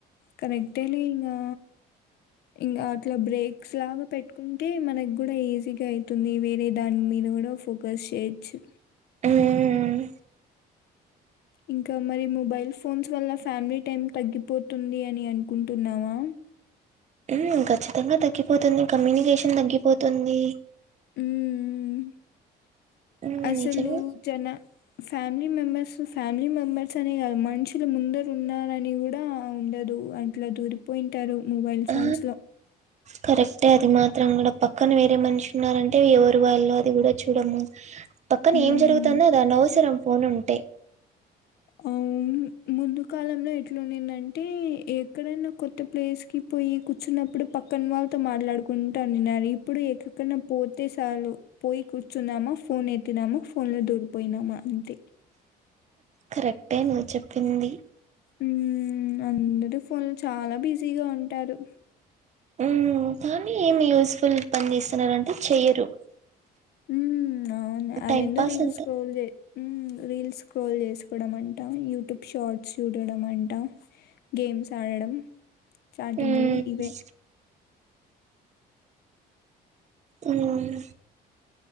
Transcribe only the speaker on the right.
ఉమ్,
ఉమ్మ్ ఖచ్చితంగా తగ్గిపోతుంది కమ్యూనికేషన్ తగ్గిపోతుంది
ఉమ్,
నిజమే
ఆ,
కరెక్టే అది మాత్రం కూడా పక్కన వేరే మనిషి ఉన్నారంటే ఎవరు వాళ్ళు అది కూడా చూడము పక్కన
ఏం జరుగుతాందో అది అనవసరం ఫోన్ ఉంటే
కరెక్టే నువ్ చెప్పింది
ఉమ్మ్ కానీ ఏమి యూస్ ఫుల్ పని చేస్తున్నారంటే చెయ్యరు
టైం పాస్
అంతే
ఉమ్
ఉమ్మ్